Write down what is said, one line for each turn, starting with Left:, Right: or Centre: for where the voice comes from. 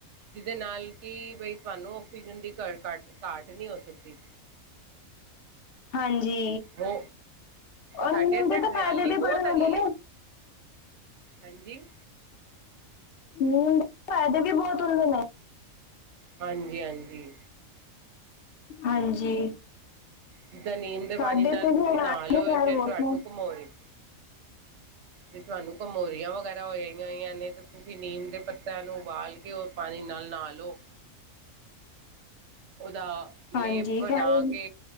Right: ਜਿਹਦੇ ਨਾਲ ਕਿ ਬਈ ਤੁਹਾਨੂੰ ਆਕਸੀਜਨ ਦੀ ਘਟ ਘੱਟ ਘਾਟ ਨਹੀਂ ਹੋ ਸਕਦੀ।
Left: ਹਾਂਜੀ,
Right: ਹੋ
Left: ਔਰ
Right: ਸਾਡੇ
Left: ਨੀਮ
Right: ਇੱਥੇ
Left: ਦੇ ਤਾਂ
Right: ਹਰਿਆਲੀ
Left: ਫਾਇਦੇ ਵੀ
Right: ਬਹੁਤ
Left: ਬੜੇ ਹੁੰਦੇ
Right: ਹੈਗੀ
Left: ਨੇ
Right: ਹੈ। ਹਾਂਜੀ,
Left: ਹਮ ਫਾਇਦਾ ਵੀ ਬਹੁਤ ਹੁੰਦੇ ਨੇ,
Right: ਹਾਂਜੀ, ਹਾਂਜੀ
Left: ਹਾਂਜੀ,
Right: ਜਿੱਦਾਂ ਨੀਂਦ ਦੇ ਪਾਣੀ
Left: ਸਾਡੇ
Right: ਨਾਲ
Left: ਤੇ
Right: ਤੁਸੀਂ
Left: ਵੀ ਅਨਾਜ
Right: ਨਾ ਲਓ,
Left: ਦੇ ਖੈਰ
Right: ਜੇ
Left: ਬਹੁਤ
Right: ਤੁਹਾਨੂੰ
Left: ਨੇ
Right: ਘਮੋ ਰਹੇ,
Left: <inaudible>
Right: ਜੇ ਤੁਹਾਨੂੰ ਕਮੋਰੀਆਂ ਵਗੈਰਾ ਹੋਆਂ ਹੋਈਆਂ ਨੇ ਤੇ ਤੁਸੀਂ ਨੀਮ ਦੇ ਪੱਤਿਆਂ ਨੂੰ ਉਬਾਲ ਕੇ ਕਿ ਉਹ ਪਾਣੀ ਨਾਲ ਨਾ ਲਓ, ਉਹਦਾ ਲੇਪ
Left: ਹਾਂਜੀ
Right: ਬਣਾ
Left: ਖੈਰ
Right: ਕੇ,